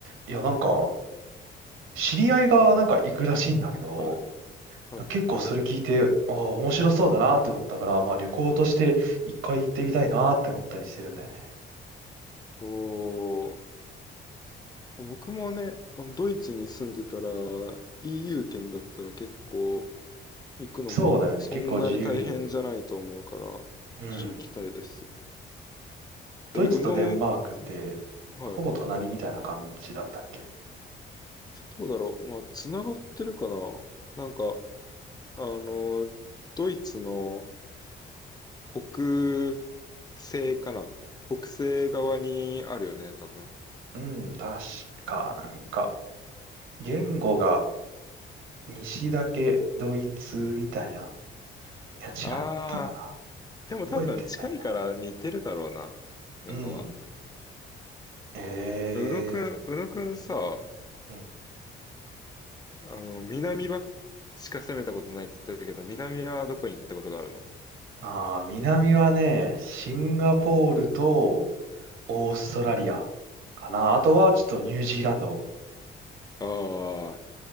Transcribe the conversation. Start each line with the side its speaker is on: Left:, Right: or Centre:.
Right: いや、なんか、知り合いがなんか行くらしいんだけど、
Left: はい、はい。
Right: 結構それ聞いて、ああ、面白そうだなって思ったから、まあ旅行として一回行ってみたいなって思ったりしてるんだよね。
Left: おー、僕もね、あのドイツに住んでたら EU 圏だったら結構行くのもそんなに大変じゃないと思うから、
Right: そうだよね。結構自由に。うん。
Left: し行きたいです。
Right: ドイツとデンマークって、
Left: え、宇野、はい。
Right: ほぼ隣みたいな感じだったっけ
Left: どうだろう。まあ、つながってるかな。なんか、あの、ドイツの北西かな。北西側にあるよね、多分。
Right: うん、確か、なんか、言語が西だけドイツみたいな。いや、違ったかな
Left: ああ、でも多分近いから似てるだろうな、
Right: 覚えてないな。
Left: 言語は。
Right: うん。ええ
Left: 宇野くん、宇野くんさ、
Right: うん。
Left: あの、南ばっしか攻めたことないって言ってたけど、南はどこに行ったことがあるの
Right: ああ南はね、シンガポールとオーストラリアかな。あとはちょっとニュージーランド。
Left: ああー、